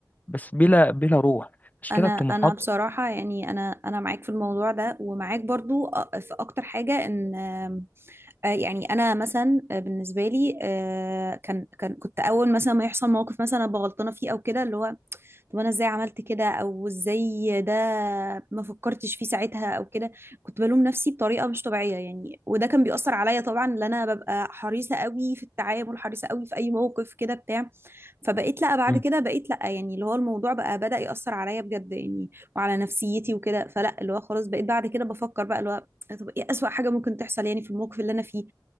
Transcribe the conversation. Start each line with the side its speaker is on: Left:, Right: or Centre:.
Left: بس بلا بلا روح مش
Right: انا
Left: كده الطموحات
Right: انا بصراحه يعني انا انا معاك في الموضوع ده ومعاك برضو أ- في اكتر حاجه ان آم، آه، يعني انا مثلا آه، بالنسبه لي آه، كان كان كنت اول مثلا ما يحصل موقف مثلا أنا بغلطانه فيه او كده اللي هو طب انا ازاي عملت كده او ازاي ده ما فكرتش فيه ساعتها او كده كنت بلوم نفسي بطريقه مش طبيعيه يعني وده كان بيأثر عليا طبعا ان انا ببقى حريصه قوي في التعامل حريصه قوي في اي موقف كده بتاع فبقيت لا بعد
Left: مم.
Right: كده بقيت لا يعني اللي هو الموضوع بقى بدأ يأثر عليا بجد يعني وعلى نفسيتي وكده فلا اللي هو خلاص بقيت بعد كده بفكر بقى اللي هو طب ايه أسوأ حاجة ممكن تحصل يعني في الموقف اللي انا فيه